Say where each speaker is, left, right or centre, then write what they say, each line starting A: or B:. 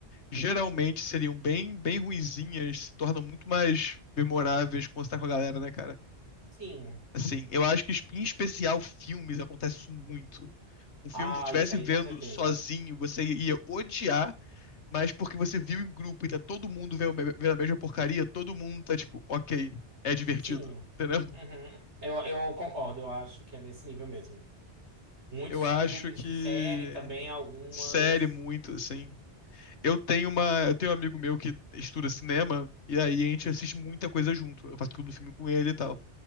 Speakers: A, on the left; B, on the right.
A: geralmente seriam bem, bem ruinzinhas se tornam muito mais memoráveis quando você tá com a galera, né, cara?
B: Sim.
A: Assim, eu acho que, em especial, filmes acontece isso muito. Um filme
B: Ah,
A: que você estivesse
B: isso aí,
A: vendo
B: com certeza.
A: sozinho, você ia odiar, mas porque você viu em grupo e tá todo mundo vendo vendo a mesma porcaria, todo mundo tá tipo, ok, é divertido,
B: Sim.
A: entendeu?
B: Uhum. Eu, eu concordo, eu acho que é nesse nível mesmo. Muitos
A: Eu
B: filmes,
A: acho que
B: série também, algumas.
A: série muito, assim. Eu tenho uma, eu tenho um amigo meu que estuda cinema e aí a gente assiste muita coisa junto. Eu faço clube do filme com ele e tal.